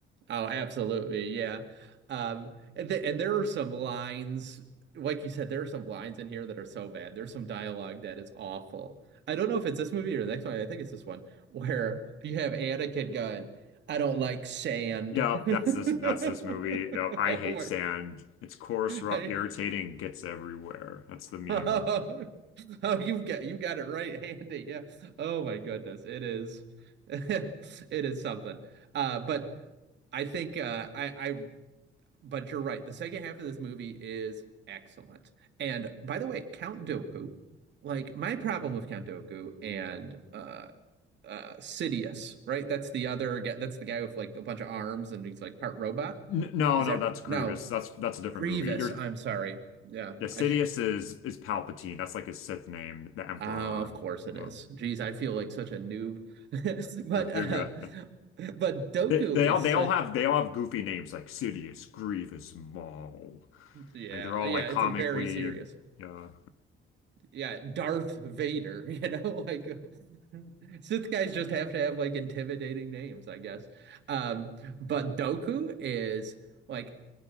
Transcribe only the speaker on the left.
Yep, that's this. That's this
movie. Yep, I
hate
sand. It's coarse, rough,
irritating, gets everywhere. That's the meme.
N no,
no,
that's
Grievous.
That's that's a different
movie. You're
yeah, Sidious
is is Palpatine. That's like his Sith name, the Emperor.
No,
they're, they're
good.
They, they
all they
all have they all have goofy names like Sidious, Grievous, Maul.
Like they're all
like
comically.
Yeah,